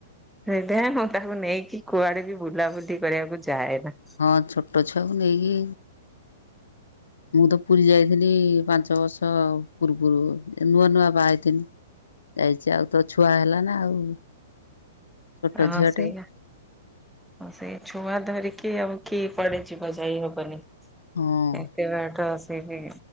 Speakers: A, in the centre; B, on the left.
A: <unintelligible> ମୁଁ ତାକୁ ନେଇକି କୁଆଡେ ବି ବୁଲାବୁଲି କରିବାକୁ ଯାଏନା।
B: ହଁ ଛୋଟ ଛୁଆକୁ ନେଇକି ମୁଁ ତ ପୁରୀ ଯାଇଥିଲି ପାଞ୍ଚ ବର୍ଷ ପୂର୍ବରୁ। ନୂଆ ନୂଆ ବାହା ହେଇଥିଲି। ଯାଇଚି ଆଉ ତ ଛୁଆ ହେଲା ନା ଆଉ ଛୋଟ
A: ହଁ
B: ଝିଅଟେ
A: ସେଇଆ। ହଁ ସେୟା, ଛୁଆ ଧରିକି ଆଉ କିଏ କୁଆଡେ ଯିବ, ଯାଇ ହବନି।
B: ହଁ
A: ଏତେ ବାଟ ସେ ବି